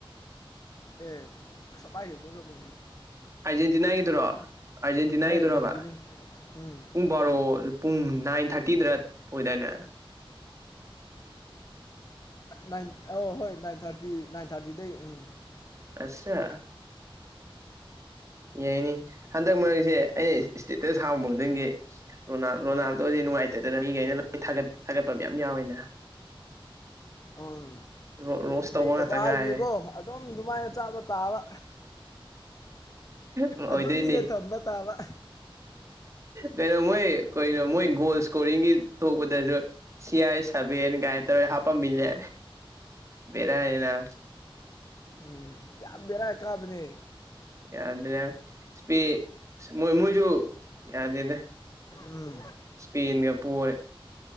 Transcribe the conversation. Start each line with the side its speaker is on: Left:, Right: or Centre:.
Left: ꯑꯦ ꯁꯃꯥꯏꯗ <unintelligible>
Right: ꯑꯥꯔꯖꯦꯟꯇꯤꯅꯥꯒꯤꯗꯔꯣ ꯑꯥꯔꯖꯦꯟꯇꯤꯅꯥꯒꯤꯗꯨꯔꯕꯥ
Left: ꯍꯣꯏ ꯌꯦꯡꯒꯅꯤ ꯎꯝ
Right: ꯄꯨꯡ ꯕꯥꯔꯣ ꯄꯨꯡ ꯅꯥꯏꯟ ꯊꯥꯔꯇꯤꯗꯔ ꯑꯣꯏꯗꯥꯏꯅꯦ
Left: ꯅꯥꯏꯟ ꯑꯧ ꯍꯣꯏ ꯅꯥꯏꯟ ꯊꯥꯔꯇꯤ ꯅꯥꯏꯟ ꯊꯥꯔꯇꯤꯗꯩ ꯎꯝ
Right: ꯑꯁꯆꯥ꯫ ꯌꯥꯏꯅꯤ ꯍꯟꯗꯛ ꯃꯔꯛꯁꯦ ꯑꯩꯅ ꯏꯁꯇꯦꯇꯁ ꯍꯥꯡꯕ ꯈꯨꯪꯒꯤ__ ꯔꯣꯅꯥꯜ ꯔꯣꯅꯥꯜꯗꯣ ꯍꯧꯁꯦ ꯅꯨꯡꯉꯥꯏꯇꯗꯅ ꯃꯤꯈꯩꯅ ꯂꯣꯏꯠ ꯊꯥꯒꯠꯄ ꯌꯥꯝ ꯌꯥꯎꯋꯦꯅꯦ꯫
Left: ꯎꯝ
Right: ꯔꯣꯁ ꯇꯧꯕ
Left: ꯑꯩ ꯇꯕ
Right: ꯉꯥꯛꯇ ꯉꯥꯏꯔꯦ
Left: ꯍꯥꯏꯕꯁꯦꯀꯣ ꯑꯗꯨꯝ ꯑꯗꯨꯃꯥꯏꯅ ꯆꯥꯕ ꯇꯥꯕ
Right: ꯑꯣꯏꯗꯣꯏꯅꯤ
Left: ꯑꯗꯨꯝ ꯃꯤꯅ ꯊꯝꯕ ꯇꯥꯕ꯫
Right: ꯀꯩꯅꯣ ꯃꯣꯏ ꯀꯩꯅꯣ ꯃꯣꯏ ꯒꯣꯜ ꯏꯁꯀꯣꯔꯤꯡꯒꯤ ꯊꯣꯛꯄꯗꯁꯨ ꯁꯤꯌꯥꯔ ꯁꯕꯦꯟ ꯉꯥꯏꯅꯥ ꯇꯔ ꯍꯥꯞꯄꯥꯝꯃꯤꯂꯦ ꯕꯦꯔꯥꯅꯤ ꯅꯕ꯫
Left: ꯎꯝ ꯌꯥꯝ ꯕꯦꯔꯥ ꯀꯥꯕꯅꯦ
Right: ꯌꯥꯗ꯭ꯔꯦꯕꯥ ꯏꯁꯄꯦ ꯃꯣꯏ ꯃꯣꯏꯗꯨ ꯌꯥꯗꯦꯗ
Left: ꯎꯝ
Right: ꯏꯁꯄꯦꯟꯒ ꯄꯣꯔꯦ꯫